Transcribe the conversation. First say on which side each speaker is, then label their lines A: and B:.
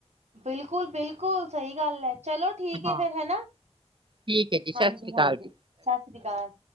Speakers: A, on the right; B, on the right.
A: ਬਿਲਕੁਲ -ਬਿਲਕੁਲ ਸਹੀ ਗੱਲ ਹੈ, ਚਲੋ। ਠੀਕ ਹੈ
B: ਹਾਂ
A: ਫੇਰ ਹੈਨਾ,
B: ਠੀਕ ਹੈ ਜੀ
A: ਹਾਂਜੀ-
B: ਸਤਿ ਸ੍ਰੀ ਅਕਾਲ
A: ਹਾਂਜੀ
B: ਜੀ
A: ਸਤਿ ਸ੍ਰੀ ਅਕਾਲ।